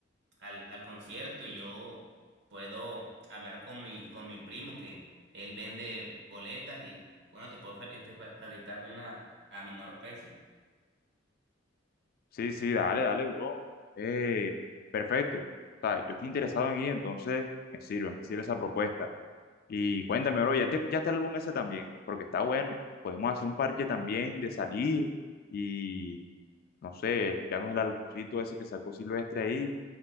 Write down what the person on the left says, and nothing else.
Sí, sí, dale, dale, bro. Eh, perfecto. O sea, yo estoy interesado en ir, entonces me sirve, me sirve esa propuesta. Y cuéntame, bro, ¿ya te escuchaste el álbum ese también? Porque está bueno. Podemos hacer un parche también de salir y, no sé, ya no es el álbumcito ese que sacó Silvestre ahí